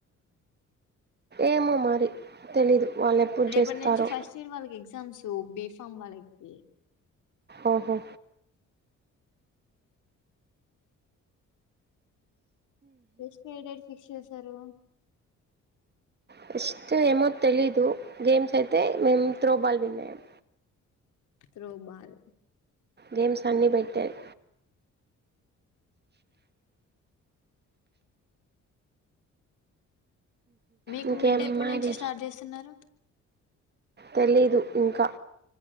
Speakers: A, on the right; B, on the left.
A: ఏమో మరి తెలీదు వాళ్ళు ఎప్పుడు
B: రేపటి
A: చేస్తారో
B: నుంచి ఫస్ట్ ఇయర్ వాళ్ళకి ఎగ్జామ్స్ బి ఫామ్ వాళ్ళకి
A: ఓహో
B: పెస్ట్ ఏ డేట్ ఫిక్స్ చేసారు
A: పెస్ట్ ఏమో తెలీదు గేమ్స్ అయితే మేము త్రో బాల్ విన్ అయ్యాం
B: త్రో బాల్
A: గేమ్స్ అన్ని పెట్టారు
B: మీకు
A: ఇంకేమ్
B: మిడ్ ఎప్పటి
A: మాది
B: నుంచి స్టార్ట్ చేస్తున్నారు?
A: తెలీదు ఇంకా